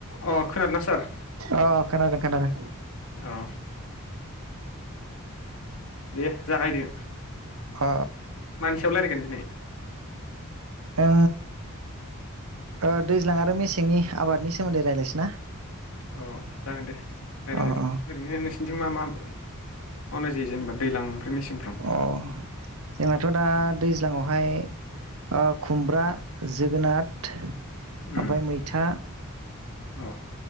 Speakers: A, on the left (about 70°); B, on the right (about 75°).
A: अ खोनादोंना सार
B: अ खोनादों खोनादों।
A: औ दे जागायदो
B: अ
A: मानि सायाव लायरायगोन दिनै
B: ओ ओ दैज्लां आरो मेसेंनि आबादनि सोमोन्दै रायलायसै ना?
A: अ जागोन दे लायराय
B: अ
A: जागोन
B: अ
A: ओरैनो नोंसिनिथिं मा मा मावनाय जायो जेनेबा दैलां ओमफ्राय मेस सेंफ्राव
B: अ जोंनाथ' दा दैज्लाङावहाय ओ खुमब्रा जोगोनाथ ओमफाय
A: उम
B: मैथा
A: अ